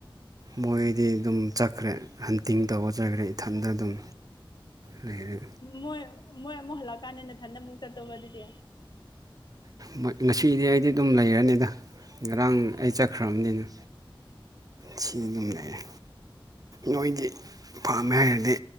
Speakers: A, on the right (about 40°); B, on the left (about 55°).
A: ꯃꯣꯏꯗꯤ ꯑꯗꯨꯝ ꯆꯠꯈ꯭ꯔꯦ ꯍꯟꯇꯤꯡ ꯇꯧꯕ ꯆꯠꯈ꯭ꯔꯦ ꯏꯊꯟꯗ ꯑꯗꯨꯝ ꯂꯩꯔꯦ
B: ꯃꯣꯏ ꯃꯣꯏ ꯑꯃꯨꯛ ꯍꯜꯂꯛꯀꯥꯟꯗ ꯅꯊꯟꯗ ꯑꯃꯨꯛ ꯆꯠꯇꯧꯕ ꯑꯗꯨꯗꯤ
A: ꯃꯣꯏ ꯉꯁꯤꯗꯤ ꯑꯩꯗꯤ ꯑꯗꯨꯝ ꯂꯩꯔꯅꯤꯗ ꯉꯔꯥꯡ ꯑꯩ ꯆꯠꯈ꯭ꯔꯕꯅꯤꯅ ꯁꯤ ꯑꯗꯨꯝ ꯂꯩꯔꯦ ꯅꯣꯏꯒꯤ ꯄꯥꯝꯃꯦ ꯍꯥꯏꯔꯗꯤ